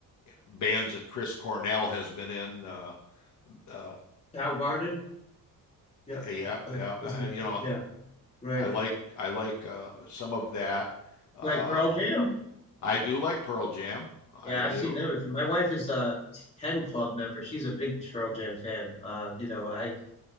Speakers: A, on the left; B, on the left.
A: bands that Chris Cornell has been in. Uh, uh,
B: Soundgarden. Yeah,
A: yeah,
B: like
A: yeah, uh,
B: is it?
A: you know
B: Yeah, right.
A: I like I like uh, some of that. Uh,
B: Like Pearl Jam.
A: I do like Pearl Jam. I
B: Yeah,
A: do.
B: I've seen them. My wife is a 10 Club member. She's a big Pearl Jam fan. Uh, you know, I